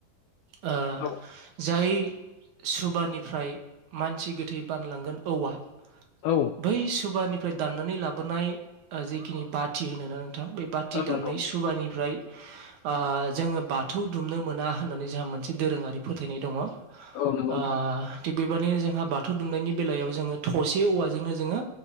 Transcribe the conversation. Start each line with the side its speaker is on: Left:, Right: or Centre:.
Right: ओ।
Left: औ
Right: जाय सुबानिफ्राय मानसि गोथै बानलांगोन औवा।
Left: औ।
Right: बै सुबानिफ्राय दाननानै लाबोनाय ओ जिखिनि बाथि होनोना नोंथां बे बाथि
Left: औ
Right: -थि दान्नाय
Left: नंगौ
Right: सुबानिफ्राय ओ जोंङो बाथौ दुमनो मोना होननानै जोंहा मोनसे दोरोंङारि फोथायनाय दंङ।
Left: औ नंगौ नोंथां
Right: ओ थिग बेबायदिनो जोंहा बाथौ दुमनायनि बेलायाव जोंङो थसे औवाजोंनो जोंङो